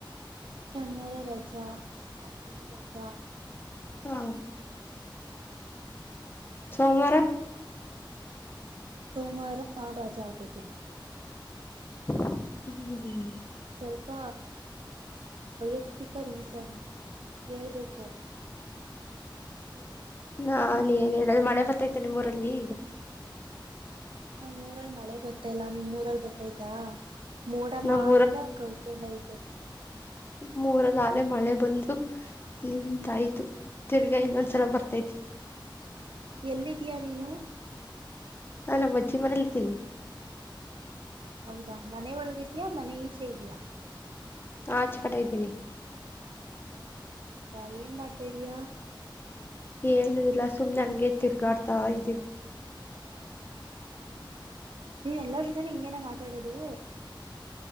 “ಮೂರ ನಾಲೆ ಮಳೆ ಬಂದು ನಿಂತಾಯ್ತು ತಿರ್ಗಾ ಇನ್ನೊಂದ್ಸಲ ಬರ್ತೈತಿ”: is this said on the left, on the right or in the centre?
Left